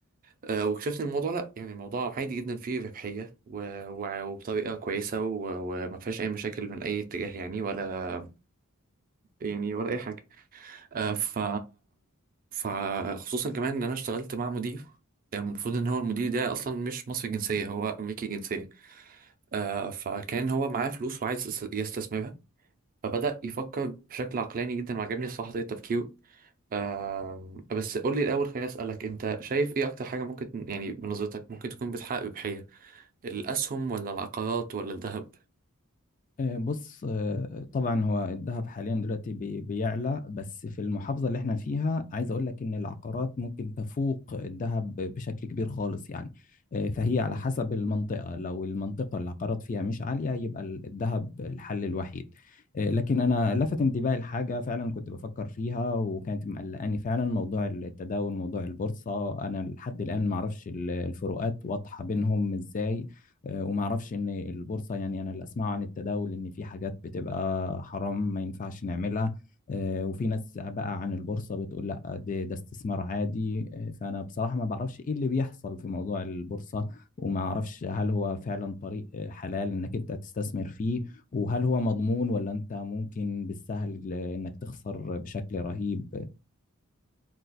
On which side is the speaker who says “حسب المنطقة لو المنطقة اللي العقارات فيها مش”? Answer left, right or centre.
Left